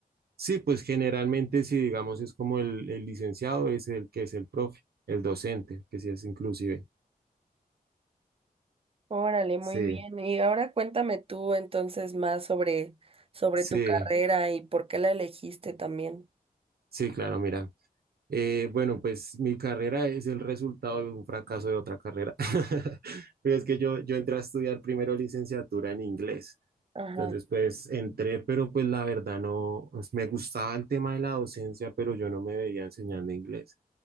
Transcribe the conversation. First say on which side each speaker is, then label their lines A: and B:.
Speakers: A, on the right (about 80°); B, on the right (about 35°).
A: Sí, pues generalmente si digamos es como el, el licenciado es el que es el profe, el docente, que sí es inclusive.
B: Órale, muy
A: Sí.
B: bien. Y ahora cuéntame tú entonces más sobre, sobre
A: Sí,
B: tu carrera y por qué la elegiste también.
A: Sí, claro, mira. Eh, bueno, pues mi carrera es el resultado de un fracaso de otra carrera. <laughs> Pero es que yo, yo entré a estudiar primero licenciatura en inglés.
B: Ajá,
A: Entonces, pues entré, pero pues la verdad no, pues, me gustaba el tema de la docencia, pero yo no me veía enseñando inglés.